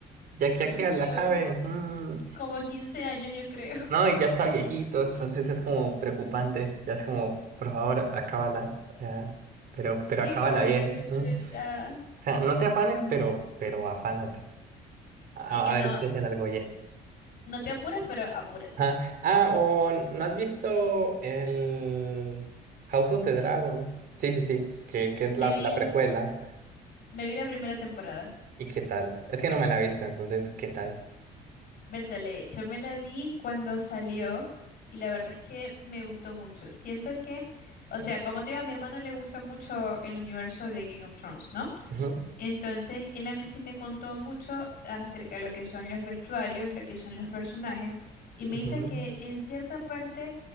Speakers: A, on the right; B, on the left.
A: Ya que ya
B: Dios
A: que
B: mío,
A: la cabe. mm,
B: como 15 años yo creo. <laughs>
A: no, y ya está viejito, entonces es como preocupante. Ya es como, por favor, acábala. O sea, pero,
B: Sí,
A: pero acábala
B: como
A: bien.
B: que Dios
A: ¿no?
B: mío,
A: O
B: ya.
A: sea, no te afanes, pero, pero afánate. A,
B: Y que
A: a
B: no,
A: ver si hacen algo bien.
B: no te apures, pero apúrate.
A: Ajá. Ah, o ¿no has visto el House of the Dragons? Sí, sí, sí, que, que es la,
B: Me vi,
A: la precuela.
B: me vi la primera temporada.
A: ¿Y qué tal? Es que no me la he visto, entonces, ¿qué tal?
B: Bertale, yo me la vi cuando salió y la verdad es que me gustó mucho. Siento que, o sea, como te digo, a mi hermano le gusta mucho el universo de Game of Thrones, ¿no?
A: Ujú,
B: Entonces, él a mí sí me contó mucho acerca de lo que son los vestuarios, lo que son los personajes, y me
A: ujú.
B: dice que en cierta parte